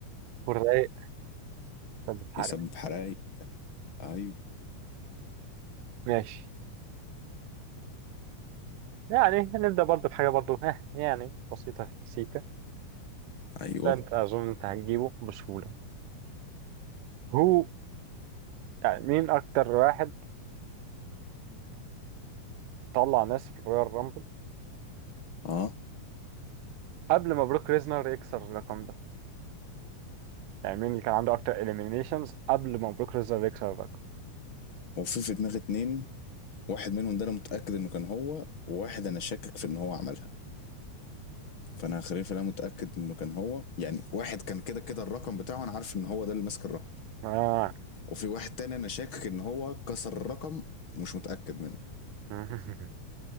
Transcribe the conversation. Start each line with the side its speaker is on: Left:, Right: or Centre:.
Right: والرايق طب الحرق
Left: يسبب حرايق ايوه
Right: ماشي يعني هنبدأ برضه بحاجة برضه ها يعني بسيطة سيكة
Left: ايوه
Right: ده أنت أظن أنت هتجيبه بسهولة هو يعني مين أكتر واحد طلع ناس في الرويال رامبل
Left: اه
Right: قبل ما بروك ريزنر يكسر الرقم ده يعني مين اللي كان عنده أكتر إليمينيشنز قبل ما بروك ريزنر يكسر الرقم
Left: هو في في دماغي اتنين واحد منهم ده انا متاكد انه كان هو وواحد انا شاكك في ان هو عملها فانا هخليها انا متاكد انه كان هو يعني واحد كان كده كده الرقم بتاعه انا عارف ان هو ده اللي ماسك الرقم
Right: آه
Left: وفي واحد تاني انا شاكك ان هو كسر الرقم مش متاكد منه
Right: <laughs>